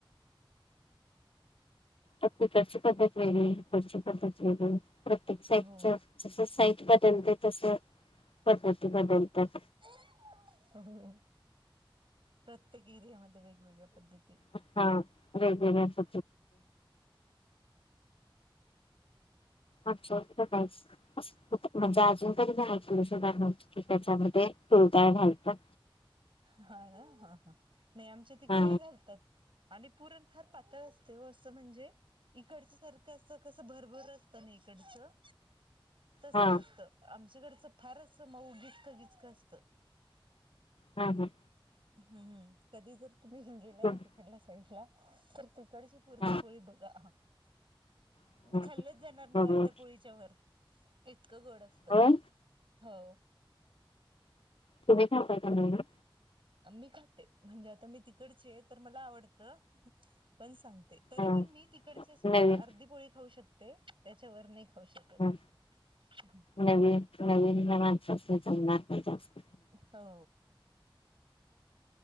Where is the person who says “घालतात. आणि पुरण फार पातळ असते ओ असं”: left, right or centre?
Right